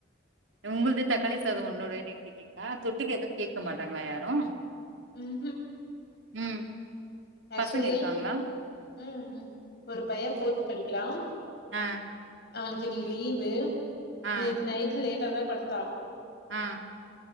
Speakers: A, on the right; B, on the left.
A: உங்கள்து
B: ம்.
A: தக்காளி சாதோ ஒன்னோடன்னு எக்கிட்டீங்களா தொட்டுக்க எதுவு கேக்க மாட்டாங்களா யாரு
B: ம் ஹும்
A: ம்
B: ஆக்சுவலி
A: பசங்க இருக்காங்களா
B: ம் ம் ஒரு பையே ஃபோர்த் படிக்கிறா
A: அ
B: அவனுக்கு இன்னிக்கு லீவு
A: ஆ
B: நேத்து நைட்டு லேட்ட தா‌ படுத்தா
A: அ